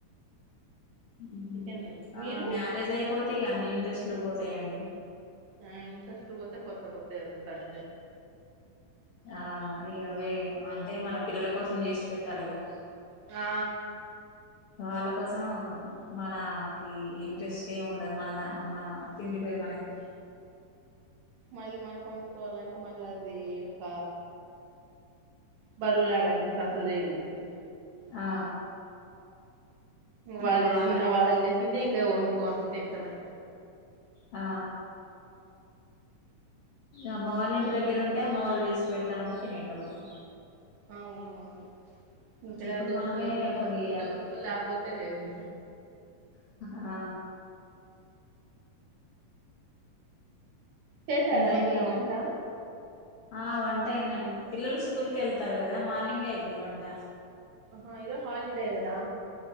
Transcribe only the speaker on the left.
ఉహు
మ్యారేజ్ అయిపోతే ఇగ అన్నీ ఇంట్రెస్ట్లు పోతాయండి.
ఆ ఇగ వే అంటే మన పిల్లల కోసం చేసి పెట్టాలిగా.
వాళ్ళ కోసం మనకి ఇంట్రెస్ట్ ఏమి ఉండ మనద అమ్మ. తిండిపై మనకి.
ఆ
ఇగ
వాళ్ళకు
ఆ అమ్మ వాళ్ళ ఇంటి దగ్గర ఉంటే అమ్మ వాళ్ళు చేసి పెడత ఉంటే తినేటోలమ్
ఇప్పుడు
మనమే ఒకరు
చేయాలి
ఆ
ఇంక
<unintelligible>
ఆ వంట అయిందండి పిల్లలు స్కూల్ కెళ్తారు కదా మార్నింగె అయిద్ది వంట